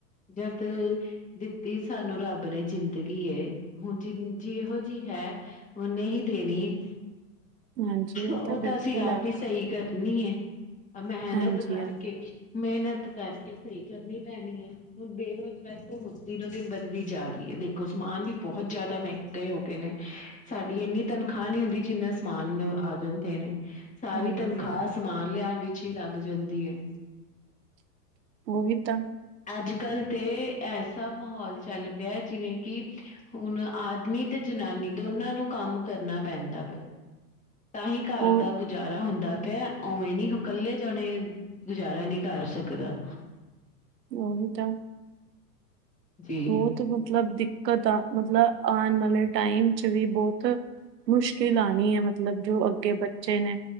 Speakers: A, on the left; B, on the right.
A: ਜਦ ਦਿੱਤੀ ਸਾਨੂੰ ਰੱਬ ਨੇ ਜਿੰਦਗੀ ਏ ਹੁਨ ਜੇਹੋ ਜੀ ਹੈ ਓਨੇ ਹੀ ਦੇਨੀ ਏ।
B: ਹਾਂਜੀ ਉਹ
A: ਓ
B: ਬਿਲਕੁਲ
A: ਤਾਂ ਅਸੀਂ ਆਪ
B: ਹੈ
A: ਈ ਸਈ ਕਰਨੀ ਐ, ਮੇਹਨਤ
B: ਹਾਂਜੀ
A: ਕਰ
B: ਹਾਂਜੀ।
A: ਮੇਹਨਤ ਕਰਕੇ ਸਈ ਕਰਨੀ ਪੈਂਨੀ ਐ। ਹੁਨ ਬੇਰੁਜ਼ਗਾਰੀ ਤੇ ਦਿਨੋਂ-ਦਿਨ ਵੱਧਦੀ ਜਾ ਰੀ ਐ। ਦੇਖੋ ਸਮਾਨ ਵੀ ਬੋਹਤ ਜਾਦਾ ਮੈੰਹ ਗੇ ਹੋ ਗਏ ਨੇ ਸਾਡੀ ਇੰਨੀ ਤਨਖਾਹ ਨੀ ਹੁੰਦੀ ਜਿੰਨਾ ਸਮਾਨ ਆ ਜਾਂਦੇ ਨੇ। ਸਾਰੀ
B: ਹਾਂਜੀ
A: ਤਨਖਾਹ ਸਮਾਨ ਲਿਆਉਣ ਵਿੱਚ ਹੀ ਲੱਗ ਜਾਂਦੀ ਏ।
B: ਉਹੀ ਤਾਂ
A: ਅੱਜ-ਕੱਲ੍ਹ ਤੇ ਐਸਾ ਮਾਹੌਲ ਚੱਲ ਪਿਆ ਜਿਵੇਂ ਕਿ ਹੁਣ ਆਦਮੀ ਤੇ ਜਨਾਨੀ ਦੋਨਾਂ ਨੂੰ ਕੰਮ ਕਰਨਾ ਪੈਂਦਾ ਪਿਆ। ਤਾਂ ਹੀ ਘਰ
B: ਉਹ
A: ਦਾ ਗੁਜ਼ਾਰਾ ਹੁੰਦਾ ਪਿਆ। ਉਵੇਂ ਨੀ ਇਕੱਲੇ ਜਾਣੇ ਇੱਦਾਂ ਨੀ ਕਰ ਸਕਦਾ।
B: ਉਹ ਤਾਂ
A: ਜੀ
B: ਬਹੁਤ ਮਤਲਬ ਦਿੱਕਤ ਆ ਮਤਲਬ ਆਉਣ ਵਾਲੇ ਟਾਈਮ ਚ ਵੀ ਬਹੁਤ ਮੁਸ਼ਕਿਲ ਆਉਣੀ ਹੈ ਮਤਲਬ ਜੋ ਅੱਗੇ ਬੱਚੇ ਨੇ।